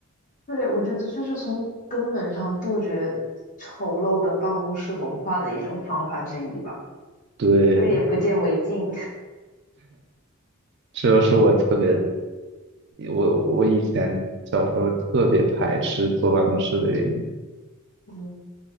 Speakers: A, on the left; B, on the right.
A: 对，我觉得就是从根本上杜绝丑陋的办公室文化的一种方法之一吧，
B: 对，
A: 有点不见为净。
B: 这就是我特别，我我以前小时候特别排斥坐办公室的原因。
A: <laughs>